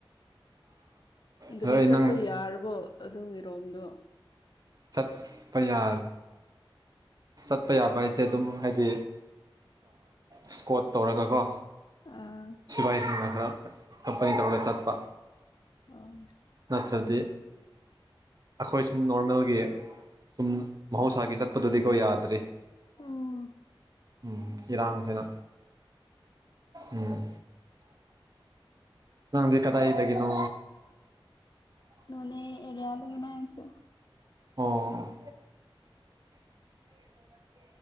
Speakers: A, on the right; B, on the left.
A: ꯑꯗꯣ
B: ꯔꯤꯁꯄ
A: ꯑꯩ ꯅꯪ
B: ꯌꯥꯔꯔꯕꯣ ꯑꯗꯨ ꯏꯔꯣꯝꯗꯣ
A: ꯆꯠꯄ ꯌꯥ ꯆꯠꯄ ꯌꯥꯕ ꯍꯥꯏꯁꯦ ꯑꯗꯨꯝ ꯍꯥꯏꯗꯤ ꯏꯁꯀꯣꯠ ꯇꯧꯔꯒꯀꯣ
B: ꯑꯥ
A: ꯁꯤꯐꯥꯏꯁꯤꯡꯅ ꯈꯔ ꯀꯝꯄꯅꯤ ꯇꯧꯔꯒ ꯆꯠꯄ
B: ꯑꯣ
A: ꯅꯠꯇ꯭ꯔꯗꯤ ꯑꯩꯈꯣꯏ ꯁꯨꯝ ꯅꯣꯔꯃꯦꯜꯒꯤ ꯁꯨꯝ ꯃꯍꯧꯁꯥꯒꯤ ꯆꯠꯄꯗꯨꯗꯤꯀꯣ ꯌꯥꯗ꯭ꯔꯤ
B: ꯎꯝ
A: ꯎꯝ ꯏꯔꯥꯡꯁꯤꯅ ꯎꯝ ꯅꯪꯗꯤ ꯀꯗꯥꯥꯏꯗꯒꯦꯅꯣ
B: ꯑꯅꯤ ꯑꯦꯔꯤꯌꯥꯗꯅ ꯍꯥꯏꯁꯨ
A: ꯑꯣ